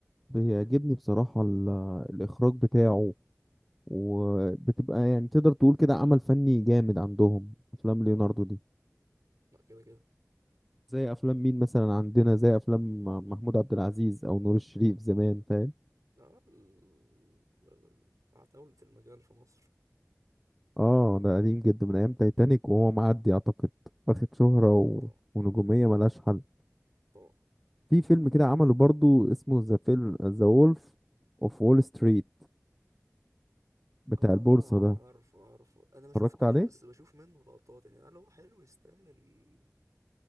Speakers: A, in the centre; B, on the right (about 90°).
A: بيعجبني بصراحة ال- الاخراج بتاعه وبتبقى يعني تقدر تقول كده عمل فني جامد عندهم افلام ليوناردو دي
B: لا كده كده
A: زي افلام مين مثلا عندنا زي افلام محمود عبد العزيز او نور الشريف زمان فاهم
B: لا ال- ال- ال- عتاولة المجال في مصر
A: اه ده قديم جدا من ايام تايتانيك وهو معدي اعتقد واخد شهرة و...
B: اه طبعا
A: ونجومية ملهاش حل
B: طبعا
A: في فيلم كده عمله برضو اسمه ذا فيلم ذا وولف اوف وول ستريت بتاع
B: اه
A: البورصة ده
B: عارفه عارفه انا ما شفتوش
A: اتفرجت عليه
B: بس بشوف منه لقطات يعني هل هو حلو يستاهل ال...